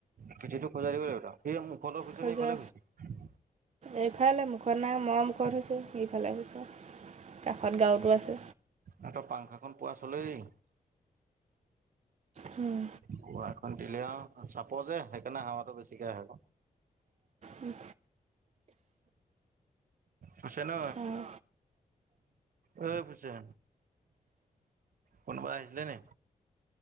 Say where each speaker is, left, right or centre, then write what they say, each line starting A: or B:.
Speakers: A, on the right; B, on the right.
A: পিঠিটো খোজাই দিব লাগিব স মোৰ ফালৰ খুজছ
B: খজুৱা
A: নে।
B: এইফালে মুখত নাই মই মুখত হৈছোঁ ইফালেছো কাষত গাঁৱতো আছে।
A: এ তই পাংখাখন পোৱা চলে দেই।
B: হুম।
A: গোৱা এখন দিলে আ চাপ যে সেইকাৰণে হাৱাটো বেছিকে আহে।
B: উম।
A: হৈছে ন।
B: অঁ
A: অ', পিছে। কোনোবা আহিছিলে নি।